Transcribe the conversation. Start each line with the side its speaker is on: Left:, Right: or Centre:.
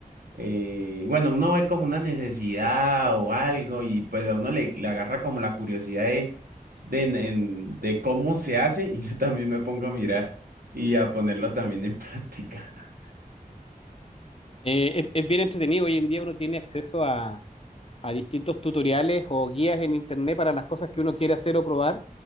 Right: eh, bueno, uno ve como una necesidad o algo y pues a uno le, le agarra como la curiosidad de, de, en- en- de cómo se hace y <laughs> yo también me pongo a mirar y a ponerlo también en práctica.
Left: Eh, es, es bien entretenido. Hoy en día uno tiene acceso a, a distintos tutoriales o guías en internet para las cosas que uno quiere hacer o probar